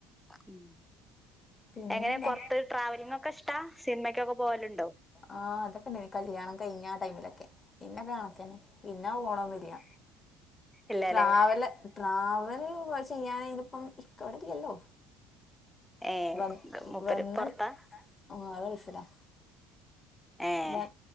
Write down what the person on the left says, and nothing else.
പിന്നെന്താ
ആഹ് അതൊക്കെണ്ടേനി കല്യാണം കയ്ഞ്ഞ ആ ടൈമിലൊക്കെ, പിന്നെക്കെ കണക്കന്നെ. പിന്നാ ഓണന്നുല്ല്യ
ട്രാവല ട്രാവൽ <unintelligible> ചെയ്യാ നൈന്പ്പം ഇക്ക വടെല്ലല്ലോ.
വ
വന്ന്
ആ ആൾ ഗൾഫ് ല
വെ